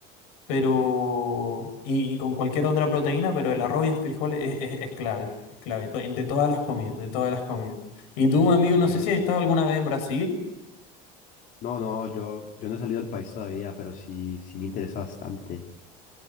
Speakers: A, on the left; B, on the left.
A: pero y, y con cualquier otra proteína, pero el arroz y el frijol es, es- es clave, es clave to- de todas las comidas, de todas las comidas. Y tú, amigo,
B: Ok.
A: no sé si has estado alguna vez en Brasil.
B: No, no, yo, yo no he salido del país todavía, pero sí, sí me interesa bastante.